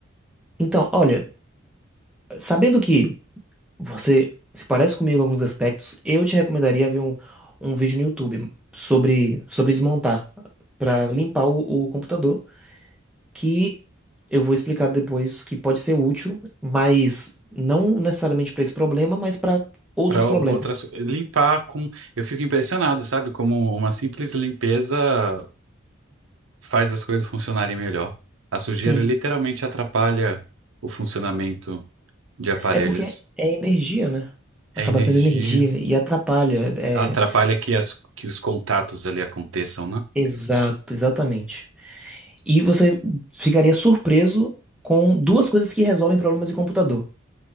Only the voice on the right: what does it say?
Para
outras, limpar com. Eu fico impressionado, sabe? Como uma simples limpeza faz as coisas funcionarem melhor. A sujeira
literalmente atrapalha o funcionamento de aparelhos.
É
energia.
Ela atrapalha que, as, que os contatos ali aconteçam, né?